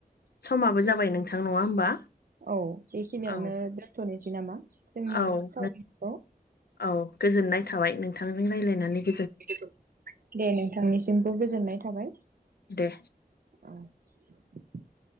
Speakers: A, on the left (about 80°); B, on the right (about 65°).
A: समाबो जाबाय नोंथां नङा होमबा।
B: औ बेखिनियावनो
A: औ
B: दोनथ'निसै नामा जोंनि
A: औ
B: साव
A: नों
B: खौ
A: औ गोजोननाय थाबाय नोंथांजों रायलायनानै
B: <unintelligible> दे नोंथांनिसिमबो गोजोननाय थाबाय।
A: दे
B: औ <inaudible>